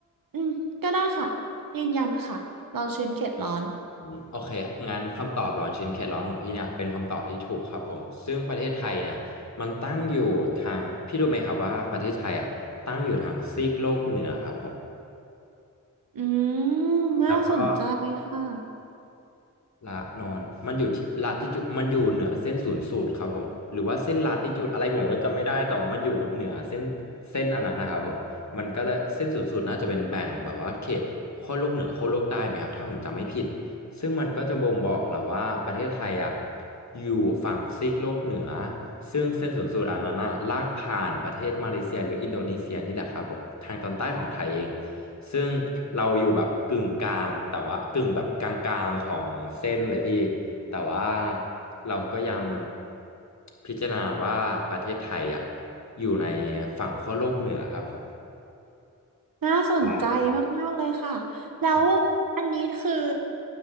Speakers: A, on the right; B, on the left.
A: อืมก็ได้ค่ะยืนยันค่ะร้อนชื้นเขตร้อน
B: อืมโอเคงั้นคำตอบร้อนชื้นเขตร้อนของพี่เนี่ยเป็นคำตอบที่ถูกครับผมซึ่งประเทศไทยเนี่ยมันตั้งอยู่ทางพี่รู้ไหมครับว่าประเทศไทยอ่ะตั้งอยู่ทางซีกโลกเหนือครับผม
A: อืมน่าสนใจค่ะ
B: แล้วก็ ละนอนมันอยู่ที่ละติจูดมันอยู่เหนือเส้นศูนย์สูตรครับผมหรือว่าเส้นลาติจูดอะไรผมก็จำไม่ได้แต่ว่ามันอยู่เหนือเส้นเส้นอันนั้นนะครับผมมันก็เลยเส้นศูนย์สูตรน่าจะเป็นแบ่งแบบว่าเขตขั้วโลกเหนือขั้วโลกใต้ไหมครับถ้าผมจำไม่ผิดซึ่งมันก็จะบ่งบอกแหละว่าประเทศไทยอ่ะอยู่ฝั่งซีกโลกเหนือซึ่งเส้นศูนย์สูตรอันนั้นอะลากผ่านประเทศมาเลเซียหรืออินโดนีเซียนี่แหละครับผมทางตอนใต้ของไทยเอง ซึ่งเราอยู่แบบกึ่งกลางแต่ว่ากึ่งแบบกลางๆของเส้นเลยพี่แต่ว่าเราก็ยังพิจารณาว่าประเทศไทยอ่ะอยู่ในฝั่งขั้วโลกเหนือครับผม
A: น่าสนใจ
B: ได้ครับ
A: มากๆเลยค่ะแล้ว
B: ใช่
A: อันนี้คือ